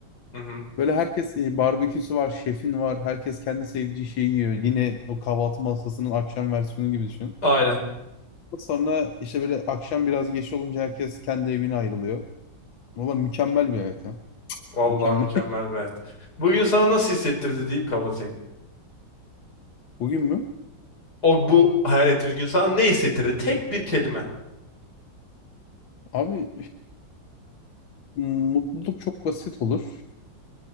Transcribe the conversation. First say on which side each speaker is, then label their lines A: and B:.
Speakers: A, on the left; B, on the left.
A: Hı-hı.
B: Böyle herkes e, barbeküsü var, şefin var. Herkes kendi sevdiği şeyi yiyor. Yine o kahvaltı masasının akşam versiyonu gibi düşün.
A: Aynen.
B: Sonra işte böyle akşam biraz geç olunca herkes kendi evine ayrılıyor. Valla mükemmel bir hayat ya.
A: Vallahi
B: Mükemmel.
A: mükemmel bir hayat. Bugün sana nasıl hissettirdi deyip kapatayım.
B: <laughs> Bugün mü?
A: O bu hayal ettiğimiz gün sana ne hissettirdi? Tek bir kelime.
B: Abi mutluluk çok basit olur.